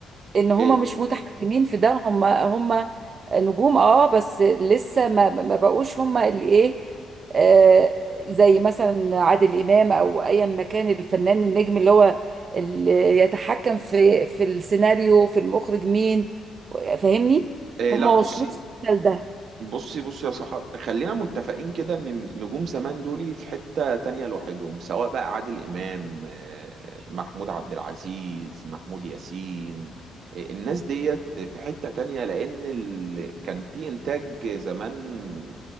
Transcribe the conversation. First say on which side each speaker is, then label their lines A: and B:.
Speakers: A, on the right (about 35°); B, on the right (about 55°).
A: ان هما
B: إيه
A: مش متحكمين في ده هما هما نجوم اه بس لسه ما ما بقوش هما اللي ايه آه زي مثلا عادل امام او ايا ما كان الفنان النجم اللي هو اللي يتحكم في في السيناريو في المخرج مين فاهمني
B: إيه
A: هما
B: لا بصي
A: وصلوش لده
B: بصي بصي يا سحر خلينا متفقين كده ان النجوم زمان دول في حتة تانية لوحدهم سواء بقى عادل امام آه، محمود عبد العزيز محمود ياسين آه، الناس ديت في حتة تانية لان ال... كان في انتاج زمان